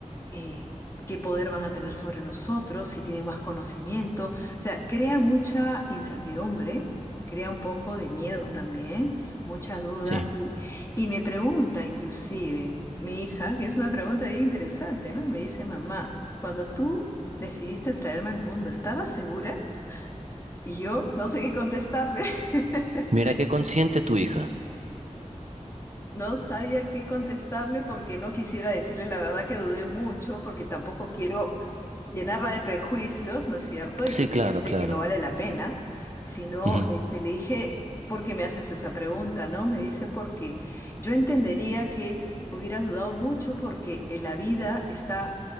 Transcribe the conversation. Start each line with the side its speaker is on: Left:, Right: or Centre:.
Left: Eh, qué poder van a tener sobre nosotros, si tienen más conocimiento. O sea, crea mucha incertidumbre, crea un poco de miedo también, mucha duda.
Right: Sí.
Left: Y, y me pregunta inclusive. Mi hija, que es una pregunta bien interesante, ¿no? Me dice, mamá, cuando tú decidiste traerme al mundo, ¿estabas segura? Y yo no sé qué contestarle. <laughs>
Right: Mira qué consciente tu hija.
Left: No sabía qué contestarle porque no quisiera decirle la verdad que dudé mucho, porque tampoco quiero llenarla de prejuicios, ¿no es cierto?
Right: Sí,
Left: Y que piense
Right: claro, claro.
Left: que no vale la pena, sino
Right: Ujú,
Left: este, le dije, ¿por qué me haces esa pregunta, no? Me dice, porque yo entendería que hubieras dudado mucho porque en la vida está